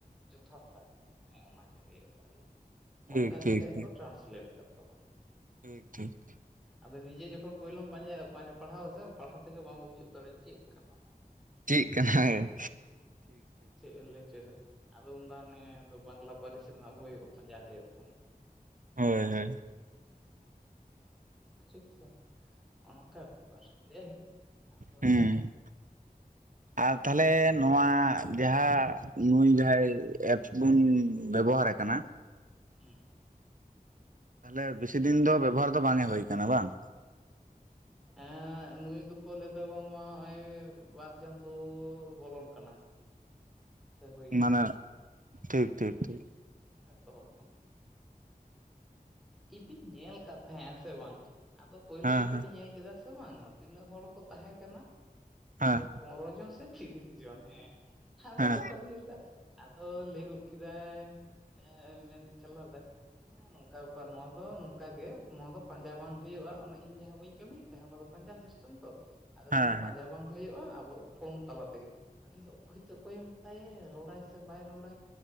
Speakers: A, in the centre; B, on the right (about 60°).
A: ᱡᱚᱛᱷᱟᱛᱟ ᱦᱮᱸ ᱚᱱᱟᱜᱮ ᱦᱩᱭᱩᱜᱼᱟ ᱛᱟᱦᱞᱮ
B: ᱴᱷᱤᱠ
A: ᱚᱱᱠᱟ
B: ᱴᱷᱤᱠ
A: ᱠᱟᱛᱮᱫ ᱦᱚᱸᱠᱚ
B: ᱴᱷᱤᱠ
A: ᱴᱨᱟᱱᱥᱞᱮᱴ ᱟᱠᱟᱫ ᱛᱟᱵᱚᱱᱟ
B: ᱴᱷᱤᱠ ᱴᱷᱤᱠ
A: ᱟᱫᱚ ᱱᱤᱡᱮ ᱡᱚᱠᱷᱚᱱ ᱯᱳᱭᱞᱳᱢ ᱯᱟᱸᱡᱟᱭᱟ ᱯᱟᱲᱦᱟᱣ ᱟ ᱥᱮ ᱯᱟᱲᱦᱟᱣ ᱛᱮᱜᱮ ᱵᱟᱢ ᱵᱩᱡᱷᱩᱜ ᱫᱟᱲᱮᱭᱟᱜᱼᱟ ᱪᱮᱫ ᱠᱟᱱᱟ
B: ᱪᱮᱫ ᱠᱟᱱᱟ
A: ᱪᱮᱫ ᱮ ᱞᱟᱹᱭ ᱦᱚᱪᱚ ᱮᱫᱟ? ᱟᱫᱚ ᱩᱱ ᱫᱚ ᱦᱟᱱᱮ ᱵᱟᱝᱞᱟ ᱯᱟᱹᱨᱤᱥ ᱨᱮᱱᱟᱜ ᱵᱳᱭ ᱯᱟᱸᱡᱟ ᱦᱩᱭᱩᱜ ᱛᱟᱢᱟ
B: ᱦᱳᱭ ᱦᱳᱭ
A: ᱴᱷᱤᱠ ᱥᱮ ᱚᱱᱼᱚᱝᱠᱟ ᱵᱮᱯᱟᱨ ᱡᱟᱭᱦᱳᱠ ᱟᱫᱚ
B: ᱦᱮᱸ ᱟᱨ ᱛᱟᱦᱚᱞᱮ ᱱᱚᱣᱟ ᱡᱟᱦᱟᱸ ᱱᱩᱭ ᱡᱟᱦᱟᱸᱭ ᱮᱯᱥ ᱵᱚᱱ ᱵᱮᱵᱚᱦᱟᱨᱮ ᱠᱟᱱᱟ
A: ᱦᱮᱸ
B: ᱛᱟᱦᱞᱮ ᱵᱮᱥᱤ ᱫᱤᱱ ᱫᱚ ᱵᱮᱵᱚᱦᱟᱨ ᱫᱚ ᱵᱟᱝᱮ ᱦᱩᱭ ᱠᱟᱱᱟ ᱵᱟᱝ
A: ᱮᱸᱻ ᱱᱩᱭ ᱫᱚᱠᱚ ᱞᱟᱹᱭ ᱫᱟ ᱵᱟᱝᱢᱟ ᱱᱚᱜᱼᱚᱭ ᱵᱟᱨ ᱪᱟᱸᱫᱚᱻ ᱵᱚᱞᱚᱱ ᱠᱟᱱᱟ ᱥᱮ ᱦᱩᱭᱱᱟ
B: ᱢᱟᱱᱮ ᱴᱷᱤᱠ ᱴᱷᱤᱠ ᱴᱷᱤᱠ
A: ᱮᱛᱚᱦᱚᱵ ᱠᱷᱚᱱ ᱤᱫᱩᱧ ᱧᱮᱞ ᱟᱠᱟᱫ ᱛᱟᱦᱮᱸᱜ ᱦᱮᱸᱥᱮ ᱵᱟᱝ ᱟᱫᱚ ᱯᱳᱭᱞᱳ
B: ᱦᱮᱸ
A: ᱡᱚᱠᱷᱚᱱᱤᱧ
B: ᱦᱮᱸ
A: ᱧᱮᱞ ᱠᱮᱫᱟ ᱥᱮ ᱵᱟᱝᱟ ᱛᱤᱱᱟᱹᱜ ᱦᱚᱲ ᱠᱚ ᱛᱟᱦᱮᱸ ᱠᱟᱱᱟ
B: ᱦᱮᱸ
A: ᱯᱚᱱᱚᱨᱚ ᱡᱚᱱ ᱥᱮ ᱛᱤᱨᱤᱥ ᱡᱚᱱ ᱦᱮᱸ ᱟᱫᱚ
B: ᱦᱮᱸ
A: ᱡᱠᱷᱚᱱ ᱜᱤ ᱞᱮᱫᱟ ᱟᱫᱚ ᱞᱟᱹᱭ ᱜᱚᱫ ᱠᱮᱫᱟᱭ ᱡᱟᱦᱟᱸ ᱢᱮᱱ ᱪᱟᱞᱟᱣ ᱫᱟᱭ ᱱᱚᱠᱟ ᱠᱟ ᱵᱮᱯᱟᱨ ᱱᱚᱣᱟ ᱫᱚ ᱱᱚᱝᱠᱟ ᱜᱮ ᱱᱚᱣᱟ ᱫᱚ ᱯᱟᱸᱡᱟ ᱵᱟᱝ ᱦᱩᱭᱩᱜᱼᱟ ᱤᱧ ᱡᱟᱦᱟᱸ ᱵᱟᱹᱧ ᱠᱟᱹᱢᱤᱭᱮᱫ ᱛᱟᱦᱮᱸ ᱚᱱᱟ ᱫᱚ ᱯᱟᱸᱡᱟ ᱥᱤᱥᱴ ᱛᱚ ᱟᱫᱚ
B: ᱦᱮᱸ
A: ᱱᱚᱣᱟ ᱫᱚ
B: ᱦᱮᱸ
A: ᱯᱟᱸᱡᱟ ᱵᱟᱝ ᱦᱩᱭᱩᱜᱼᱟ ᱟᱵᱚ ᱯᱷᱳᱱ ᱛᱟᱞᱟ ᱛᱮᱜᱮ ᱫᱚᱧ ᱫᱟ ᱚᱠᱚᱭᱛᱮ ᱚᱠᱚᱭᱮ ᱢᱮᱛᱟᱭᱟᱭᱟ ᱨᱚᱲᱟᱭ ᱥᱮ ᱵᱟᱭ ᱨᱚᱲᱟᱭ